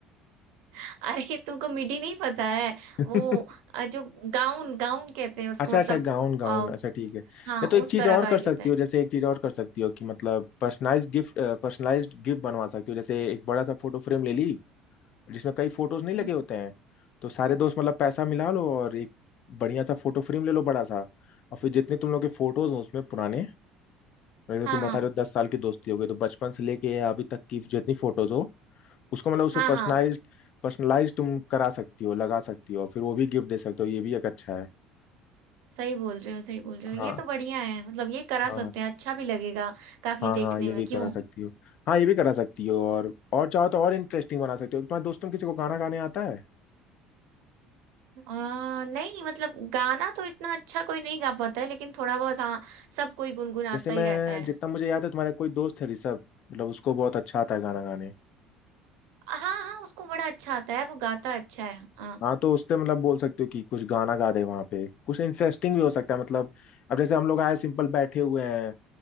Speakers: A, on the right (about 75°); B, on the left (about 50°).
A: <laughs> अरे तुमको मिडी नहीं पता है
B: है
A: वो
B: <laughs>
A: अ, जो गाउन गाउन कहते हैं उसको
B: अच्छा
A: मतलब
B: अच्छा गाउन गाउन
A: आ,
B: अच्छा ठीक है
A: हाँ
B: या तो एक
A: उस
B: चीज
A: तरह
B: और
A: का
B: कर
A: ही
B: सकती
A: होता है
B: हो जैसे एक चीज और कर सकती हो कि मतलब पर्सनलाइज्ड गिफ्ट पर्सनलाइज्ड गिफ्ट बनवा सकती हो जैसे एक बड़ा सा फोटो फ्रेम ले ली जिसमें कई फोटोज नहीं लगे
A: हम्म।
B: होते हैं तो सारे दोस्त मतलब पैसा मिला लो और एक बढ़िया सा फोटो फ्रेम ले लो बड़ा सा और फिर जितने तुम लोग के फोटोज हो उसमें पुराने जैसे
A: हाँ
B: तुम
A: हाँ
B: बता रहे हो दस साल की दोस्ती हो गई तो बचपन से लेके अभी तक की जितनी फोटोज हो उसको मतलब उसमें
A: हाँ
B: पर्सनलाइज
A: हाँ
B: पर्सनलाइज तुम करा सकती हो लगा सकती हो फिर वो भी गिफ्ट दे सकते हो ये भी एक अच्छा है
A: सही बोल रहे हो सही बोल रहे हो
B: हाँ
A: ये तो बढ़िया है मतलब ये करा
B: हाँ
A: सकते हैं अच्छा भी लगेगा काफी
B: हाँ हाँ
A: देखने
B: ये
A: में
B: भी
A: क्यों
B: करा सकती हो हाँ ये भी करा सकती हो और और चाहो तो और इंटरेस्टिंग बना सकती हो तुम्हारे दोस्तों में किसी को गाना गाने आता है
A: आ, नहीं मतलब गाना तो इतना अच्छा कोई नहीं गा पाता है लेकिन थोड़ा बहुत हाँ सब कोई गुनगुनाता
B: जैसे मैं
A: ही रहता है
B: जितना मुझे याद है तुम्हारा कोई दोस्त है ऋषभ मतलब उसको बहुत अच्छा आता है गाना गाने
A: हाँ हाँ उसको बड़ा अच्छा आता है वो गाता अच्छा है हाँ
B: हाँ तो उससे मतलब बोल सकते हो कि कुछ गाना गा दे वहाँ पे कुछ इंटरेस्टिंग भी हो सकता है मतलब अब जैसे हम लोग आए सिंपल बैठे हुए हैं